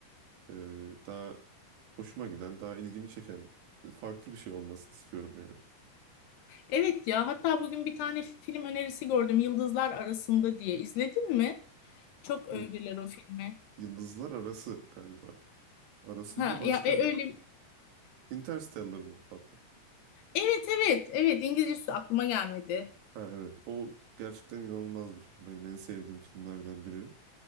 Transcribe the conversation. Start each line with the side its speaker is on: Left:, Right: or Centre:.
Right: e, daha hoşuma giden, daha ilgimi çeken e, farklı bir şey olmasını istiyorum yani.
Left: Evet ya hatta bugün bir tane film önerisi gördüm Yıldızlar Arasında diye. İzledin mi? Çok övdüler
Right: Yıl-
Left: o filmi.
Right: Yıldızlar Arası galiba. Arasında
Left: Ha
Right: başka
Left: ya e, öyle.
Right: Interstellar mı Fatma?
Left: Evet evet evet İngilizcesi aklıma gelmedi.
Right: Ha evet o gerçekten inanılmaz bir film. Benim en sevdiğim filmlerden biri.